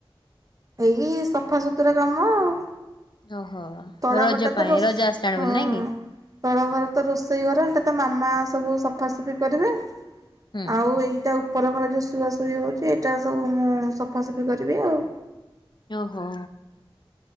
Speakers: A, on the right; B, on the left.
A: ଏଇ ସଫାସୁତୁରା କାମ ଆଉ।
B: ଓହୋ
A: ତଳ
B: ରଜ
A: ଘରଟା ତ
B: ପାଇଁ
A: ରୋଷ
B: ରଜ ଆସିଲାଣି
A: ହଁ
B: ବୋଲି ନାଇଁ
A: ହଁ।
B: କି?
A: ତଳ ଘର ତ ରୋଷେଇ ଘର ସେଟା ତ ମାମା ସବୁ ସଫାସଫି କରିଦେବେ।
B: ହୁଁ
A: ଆଉ ଏଇଟା ଉପର ଘର ଯଉ ଶୁଆ ଶୁଇ ହଉଚି, ଏଇଟା ସବୁ ମୁଁ ସଫାସଫି କରିବି ଆଉ
B: ଅହୋ।